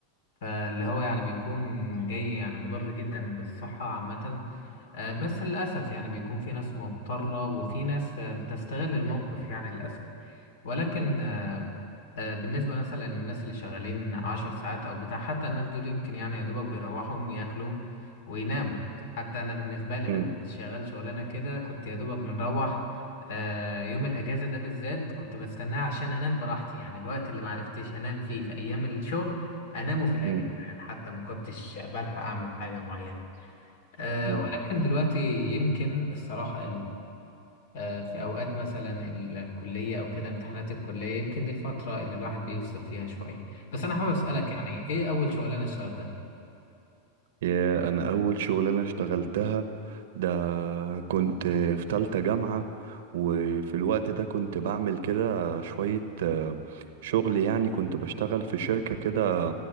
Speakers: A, on the left (about 80°); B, on the right (about 75°).
A: فاللي هو يعني بيكون جاي يعني مضر جدا بالصحة عامة آه، بس للأسف يعني بيكون في ناس مضطرة وفي ناس آه، بتستغل الموقف يعني للأسف ولكن آه، بالنسبة مثلا للناس اللي شغالين عشر ساعات أو بتاع حتى الناس دول يمكن يعني يا دوبك بيروحوا ياكلوا ويناموا حتى أنا بالنسبة لي
B: مم.
A: لما كنت شغال شغلانة كده كنت يا دوبك بنروح آه، يوم الأجازة ده بالذات كنت بستناه عشان أنام براحتي يعني الوقت اللي معرفتش أنام فيه في أيام الشغل أنامه في الأجازة
B: مم.
A: يعني حتى ما كنتش بلحق أعمل حاجة معينة آه،
B: مم.
A: ولكن دلوقتي يمكن الصراحة آه، في أوقات مثلا الكلية أو كده امتحانات الكلية يمكن دي الفترة اللي الواحد بيفصل فيها شوية بس أنا حابب أسألك يعني إيه أول شغلانة اشتغلتها؟
B: يا أنا أول شغلانة اشتغلتها ده كنت في تالتة جامعة وفي الوقت ده كنت بعمل كده شوية آه، شغل يعني كنت بشتغل في شركة كده